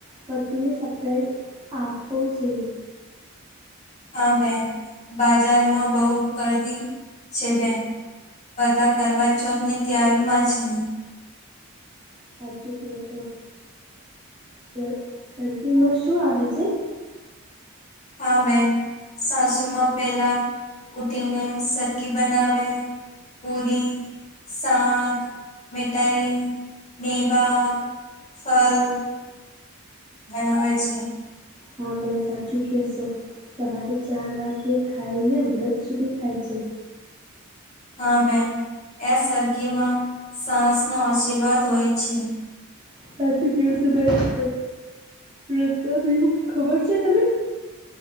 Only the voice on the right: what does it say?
પત્નીને સપ્રાઈઝ આપવો છે.
સાચું ક તો સર સરગીમાં શું આવે છે?
હા બેન સાચું કયોસો સવારે ચાર વાગ્યે ખાઈને વ્રત શુંરૂ થાય છે.
સાચું ક ભાઈ રસ્તા થયું ખબર છે તમે?